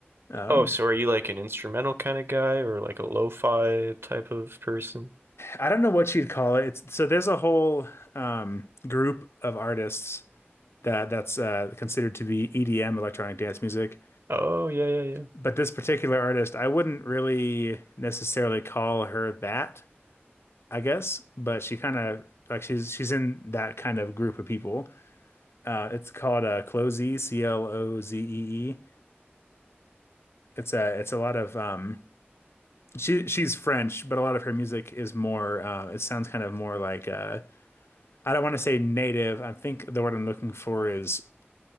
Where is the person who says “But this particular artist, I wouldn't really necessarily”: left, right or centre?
Left